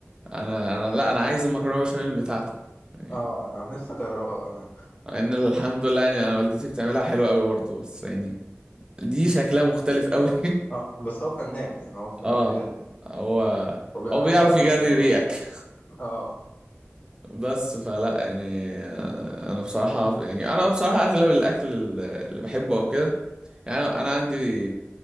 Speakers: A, on the right; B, on the left.
A: أنا أنا لا أنا عايز المكرونة بشاميل بتاعته يعني
B: اه انا نفسي اجربه بامانه
A: مع إن الحمد لله يعني أنا والدتي بتعملها حلوة أوي برضه بس يعني دي شكلها مختلف أوي
B: اه بس هو فنان يعني هو
A: <laughs>
B: فنان
A: اه
B: بجد
A: هو
B: وبيعملها
A: هو بيعرف
B: بحاجات
A: يجري
B: غريبه
A: ريقك
B: برضه اه
A: بس فلا يعني آه، انا بصراحة يعني انا بصراحة اغلب الاكل ال- اللي بحبه او كده يعني انا أنا عندي